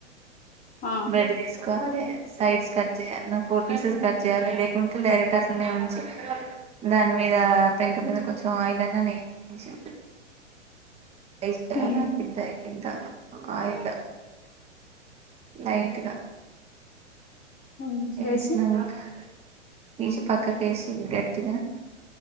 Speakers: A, on the left; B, on the right.
A: ఆ
B: బయట తీసుకో వాలి సైడ్స్ కట్ చేయాలి నువ్వు ఫోర్ పీసెస్ కట్ చేయాలి లేకుంటే డైరెక్ట్ అట్లనే ఉంచి దాని మీద పెంక మీద కొంచెం ఆయిల్ అన్న నెయ్యి అన్నా వేసి పైసలా
A: ఉమ్.
B: ఇంతే ఇంత ఆయిల్ లైట్ గా
A: ఉమ్, వేసి
B: ఏష్నా ఇంక తీసి పక్కకేసి గట్టిగా